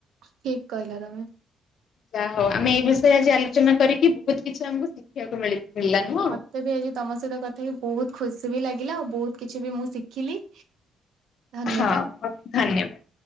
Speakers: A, on the right (about 75°); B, on the left (about 60°).
A: ଠିକ କହିଲ ତମେ
B: ଯାହା ହଉ ଆମେ ଏଇ ବିଷୟରେ ଆଜି ଆଲୋଚନା କରିକି ବହୁତ କିଛି ଆମକୁ ଶିଖିବାକୁ ମିଳିଲା ନୁହଁ?
A: ମତେ ବି ଆଜି ତମ ସହିତ କଥା ହେଇକି ବହୁତ ଖୁସି ବି ଲାଗିଲା ଆଉ ବହୁତ କିଛି ବି ମୁଁ ଶିଖିଲି। ଧନ୍ୟବାଦ।
B: ହଁ ଧନ୍ୟବାଦ।